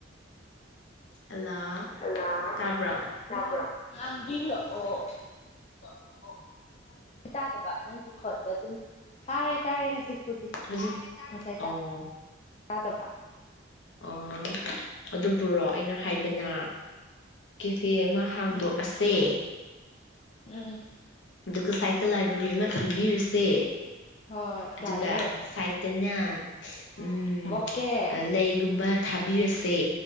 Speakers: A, on the left; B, on the left.
A: ꯍꯜꯂꯥ
B: ꯑ
A: ꯇꯥꯕ꯭ꯔꯥ
B: ꯆꯄ꯭ꯔꯣ ꯏꯜꯂꯑꯣ
A: ꯑꯣ
B: ꯇꯥꯗꯕ ꯅꯪꯒꯤ ꯈꯣꯟꯕ ꯑꯗꯨꯝ ꯇꯥꯔꯦ ꯇꯥꯔꯦ ꯍꯧꯖꯤꯛꯄꯨꯗꯤ
A: ꯍꯧꯖꯤꯛ
B: ꯉꯁꯥꯏ
A: ꯑꯣ
B: ꯇꯥꯗꯕ
A: ꯑꯣ ꯑꯗꯨꯕꯨꯨꯔꯣ ꯑꯩꯅ ꯍꯥꯏꯕꯅ ꯆꯦ ꯑꯃ ꯍꯥꯡꯗꯣꯛꯑꯁꯦ
B: ꯎꯝ ꯎꯝ
A: ꯑꯗꯨꯒ ꯁꯥꯏꯠꯇ ꯂꯥꯏꯕ꯭ꯔꯦꯔꯤ ꯑꯃ ꯊꯝꯕꯤꯔꯁꯦ
B: ꯍꯣꯏ
A: ꯑꯗꯨꯒ
B: ꯌꯥꯏꯌꯦ
A: ꯁꯥꯏꯇꯅ ꯑ ꯎꯝ
B: ꯕꯣꯀꯦ
A: ꯂꯩꯒꯨꯝꯕ ꯊ ꯕꯤꯔꯁꯦ